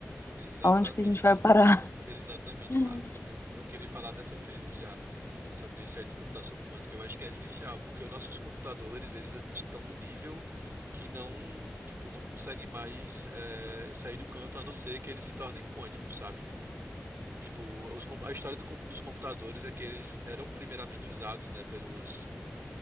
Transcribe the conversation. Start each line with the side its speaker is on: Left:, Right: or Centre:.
Right: Exatamente.
Left: Aonde que a gente vai parar?
Right: Exatamente,
Left: <laughs>
Right: Bah. Eu, eu queria falar até sobre isso já. Sobre isso é de computação quântica. Eu acho que é essencial, porque os nossos computadores, eles estão num nível que não, tipo, não consegue mais eh, sair do canto, a não ser que eles se tornem quânticos, sabe? Tipo, os com- a história do com- dos computadores é que eles eram primeiramente usados, né, pelos,